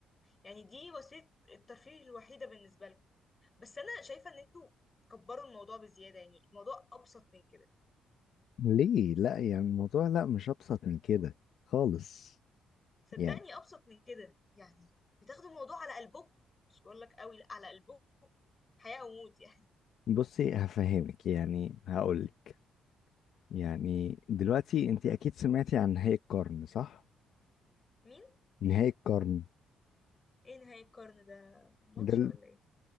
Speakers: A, on the left; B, on the left.
A: يعني دي وسيله الترفيه الوحيده بالنسبه لكم بس انا شايفه ان انتوا بتكبروا الموضوع بزياده يعني الموضوع ابسط من كده
B: ليه لا يعني الموضوع لا مش ابسط من كده خالص
A: صدقني
B: يعني
A: ابسط من كده يعني بتاخدوا الموضوع على قلبكم مش بقول لك قوي لا على قلبكم حياه وموت يعني
B: بصي هفهمك يعني هقولك يعني دلوقتي انت اكيد سمعتي عن نهائي القرن صح
A: مين
B: نهائي القرن
A: ايه نهاية القرن ده ماتش
B: ده
A: ولا ايه